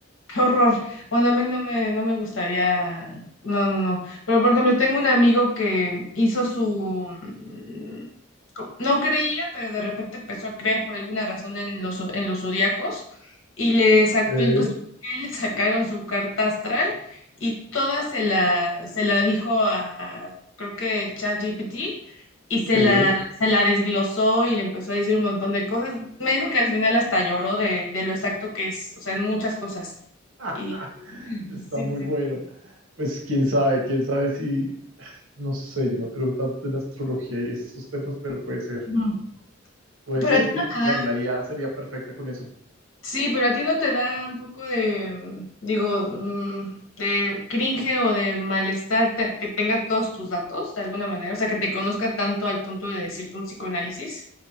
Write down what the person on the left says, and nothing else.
Qué horror. Bueno, a mí no me, no me gustaría. No, no, no. Pero por ejemplo, tengo un amigo que hizo su. mm, co- No creía, pero de repente empezó a creer por alguna razón en los, zo- en los zodiacos y le, sa-
él no sé por qué le sacaron su carta astral y toda se la, se la dijo a, creo que ChatGPT y se
la, se la desglosó y le empezó a decir un montón de cosas. Me dijo que al final hasta lloró de, de lo exacto que es, o sea, en muchas cosas.
Y <laughs>
sí,
sí.
Ujú.
Pero
a ti
no te
da,
sí, pero a ti no te da un poco de, mm, digo, mm, de cringe o de malestar te- que tenga todos tus datos de alguna manera, o sea, que te conozca tanto al punto de decirte un psicoanálisis.